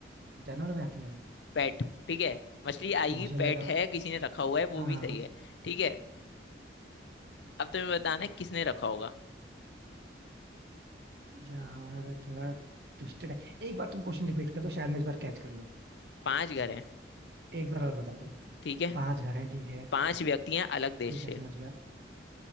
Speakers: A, on the right; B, on the left.
A: जानवर में आती है
B: पेट ठीक है मछली आएगी
A: मुझे लगा
B: पेट है किसी ने रखा हुआ है
A: हाँ
B: वो भी सही है ठीक है अब तुम्हें बताना है किसने रखा होगा
A: यार थोड़ा ट्विस्टेड है एक बार तुम क्वेश्चन रिपीट कर दो शायद मैं इस बार कैच कर लूं
B: पांच घर हैं
A: एक बार और बता दो
B: ठीक है
A: पांच घर हैं ठीक है
B: पांच व्यक्ति हैं अलग देश
A: ठीक है
B: से
A: समझ गया